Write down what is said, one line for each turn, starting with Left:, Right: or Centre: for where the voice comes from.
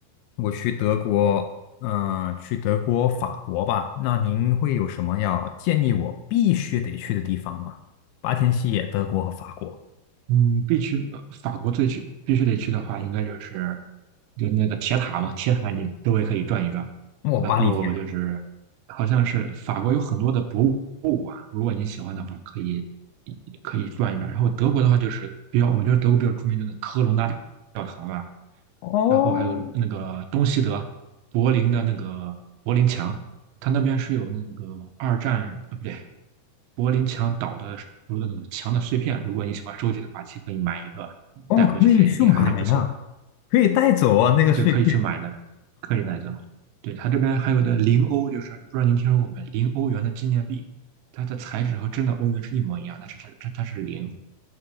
Left: 我去德国，嗯、去德国、法国吧。那您会有什么要建议我必须得去的地方吗？八天七夜，德国和法国，
Right: 嗯，必须呃法国最去必须得去的话，应该就是就是那个铁塔嘛，铁塔你周围可以转一转，
Left: 那我巴黎铁塔。
Right: 然后就是好像是法国有很多的博物馆，如果你喜欢的话，可以可以转一转。然后德国的话就是比较，我们觉得德国比较著名的那个科隆大教堂吧，
Left: 哦，
Right: 然后还有那个东西德柏林的那个柏林墙，它那边是有那个二战啊，不对，柏林墙倒的时候的那个墙的碎片。如果你喜欢收集的话，其实可以买一个带回去，
Left: 哦，可以去买呀、
Right: 也也还是不错的。
Left: 可以带走啊，那个碎片
Right: 对，可以去买的，可以带走。对，它这边还有的零欧，就是不知道您听说过没？零欧元的纪念币，它的材质和真的欧元是一模一样，但是它它它是零，